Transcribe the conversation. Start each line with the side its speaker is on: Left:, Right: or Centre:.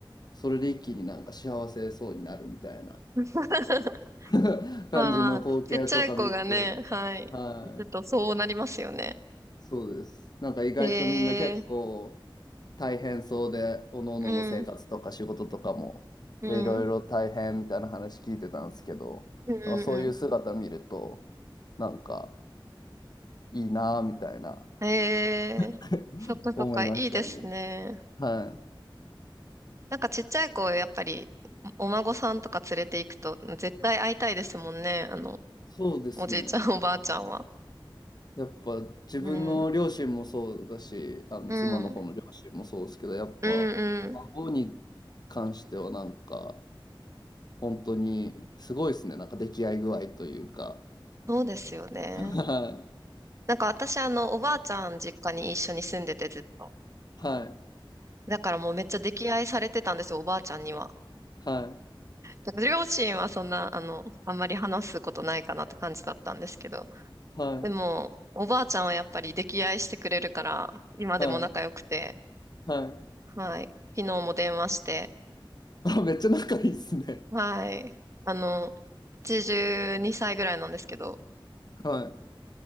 Left: それで一気になんか幸せそうになるみたいな。
Right: <laughs>
Left: <laughs> 感じの光景とか見て、
Right: まあまあ、ちっちゃい子がね、はい。
Left: はい、
Right: 行くとそうなりますよね。
Left: そうです。なんか意外とみんな結構
Right: へえ。
Left: 大変そうで、おのおのの生活とか仕事とかも、
Right: うん、うん、
Left: で、いろいろ大変みたいな話聞いてたんですけど、
Right: うん、う
Left: なんかそういう姿見ると、なんかいいなぁみたいな
Right: ん。え
Left: <laughs>
Right: えそっかそっか、
Left: 思いましたね。
Right: いいですね。
Left: はい。
Right: なんかちっちゃい子、やっぱり、お孫さんとか連れて行くと、絶対会いたいですもんね。あの、
Left: そうですね。
Right: おじいちゃん、おばあちゃんは。
Left: やっぱ自分の両親もそうだし、
Right: うん、
Left: あの妻の方の両親もそうですけど、
Right: うん、
Left: やっぱ孫に関してはなんか
Right: うん、うん。
Left: 本当にすごいですね。なんか出来合い具合というか。
Right: そうですよね。
Left: は
Right: なんか私、あの、おばあちゃん実家に一緒に住んでて、ずっと。
Left: い。はい。
Right: だからもうめっちゃ溺愛されてたんですよ、おばあちゃんには。
Left: はい。
Right: なんか両親はそんな、あの、あんまり話すことないかなって感じだったんですけど。
Left: はい。
Right: でも、おばあちゃんはやっぱり溺愛してくれるから、今でも仲良くて、
Left: はい。はい。
Right: はい。昨日も電話して、
Left: あ、めっちゃ仲いいですね。
Right: はい。あの、82歳ぐらいなんですけど、
Left: はい。